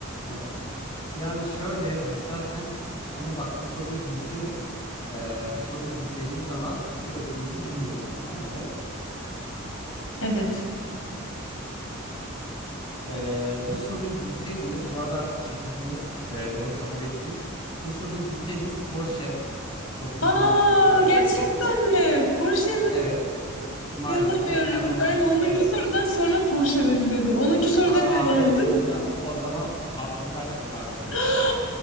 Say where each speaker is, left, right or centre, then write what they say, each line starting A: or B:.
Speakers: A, on the left; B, on the left.
A: Hı hı. Yani şöyle biz zaten ama bak bu soruyu bilseniz e, bu soruyu bildiğiniz zaman ki ödülünüzü bilmiyorsunuz bence.
B: Evet.
A: E, bu soruyu bilseydiniz bu arada artık çekildiniz E, onu kabul ettik. Bu soruyu bilseydiniz Porsche 911
B: Aa,
A: araba
B: gerçekten
A: verecektik.
B: mi? Porsche
A: Evet maalesef
B: İnanamıyorum.
A: ama
B: Ben
A: ha,
B: onuncu
A: evet.
B: sorudan sonra Porsche verilirdi. Onuncu soruda
A: Ha,
B: ne
A: hayır
B: vardı?
A: sonra o zaman Ba- Bugatti vardı.
B: <gasps>